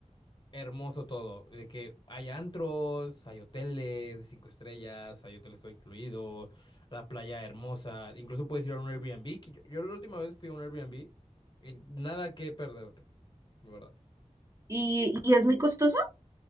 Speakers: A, on the left (about 40°); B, on the right (about 25°).
A: hermoso todo, de que hay antros, hay hoteles de cinco estrellas, hay hoteles todo incluido, la playa hermosa, incluso puedes ir a un Airbnb, que yo, yo la última vez fui a un Airbnb y nada que perderte, de verdad.
B: ¿Y, y es muy costoso?